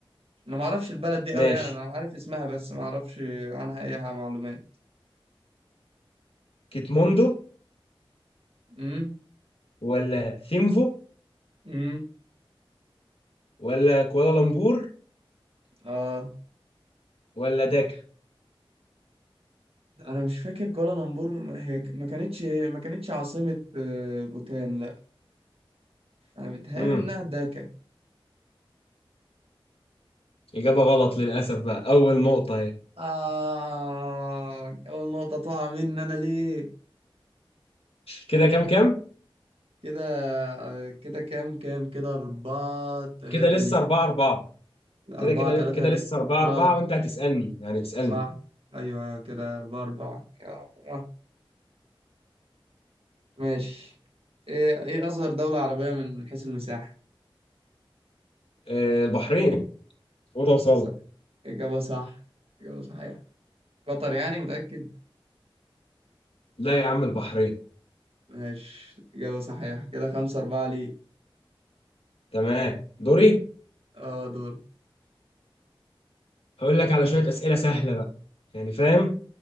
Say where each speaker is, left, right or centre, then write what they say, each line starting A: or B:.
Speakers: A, on the right; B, on the left.
A: أنا معرفش البلد دي
B: ماشي
A: أوي يعني أنا عارف اسمها بس معرفش عنها أي حاجة معلومات
B: كيتموندو
A: أمم
B: ولا ثيمفو
A: أمم
B: ولا كوالالمبور
A: آه
B: ولا داكا
A: انا مش فاكر كوالالمبور ما- هي ما كانتش ما كانتش عاصمة آه، بوتان لا انا بتهيألي
B: مم.
A: انها داكا
B: إجابة غلط للأسف بقى أول نقطة أهي
A: آه اول نقطة تقع مني انا ليه
B: كده كام كام؟
A: كده آه، كده كام كام كده أربعة تلاتة
B: كده لسه
A: لي
B: 4 4
A: لا،
B: كده
A: أربعة
B: كده
A: تلاتة
B: كده
A: لي
B: لسه 4
A: اه
B: 4 وأنت هتسألني يعني اسألني
A: صح أيوة كده أربعة أربعة آه. ماشي إيه إيه أصغر دولة عربية من حيث المساحة
B: آه البحرين أوضة وصالة
A: ص- إجابة صح إجابة صحيحة قطر يعني متأكد
B: لا يا عم البحرين
A: ماشي إجابة صحيحة كده خمسة أربعة ليه
B: تمام دوري
A: اه دور
B: هقول لك على شوية أسئلة سهلة بقى يعني فاهم؟